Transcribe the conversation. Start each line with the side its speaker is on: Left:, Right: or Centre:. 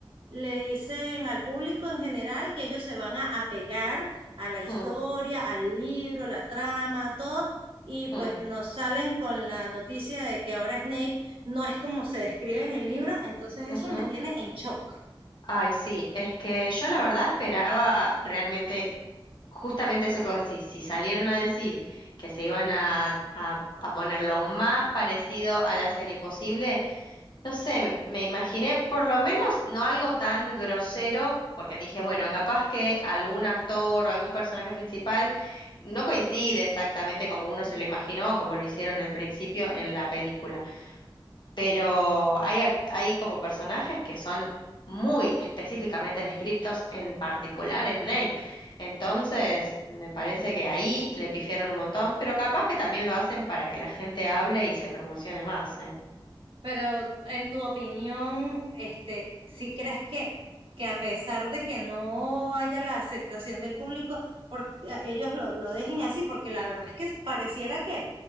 Right: le dicen al público en general que ellos se van a apegar a la historia,
Left: Mm,
Right: al libro, la trama, todo, y
Left: mm,
Right: pues nos salen con la noticia de que ahora Snape no es como se describe en el libro, entonces
Left: ujú.
Right: eso me tiene en shock.
Left: Ay, sí, es que yo la verdad esperaba realmente justamente eso que vos decís, si salieron a decir que se iban a, a, a poner lo más parecido a la serie posible. No sé, me me imaginé por lo menos no algo tan grosero, porque dije, bueno, capaz que algún actor o algún personaje principal no coincide exactamente como uno se lo imaginó o como lo hicieron al principio en la película, pero hay, ac- hay como personajes que son muy específicamente descriptos, en particular Snape. Entonces, me parece que ahí le pifiaron un montón, pero capaz que también lo hacen para que la gente hable y se promocione más, ¿eh?
Right: Pero en tu opinión, este, si crees que, que a pesar de que no haya la aceptación del público, por- a- ellos lo, lo dejen así, porque la verdad es que pareciera que,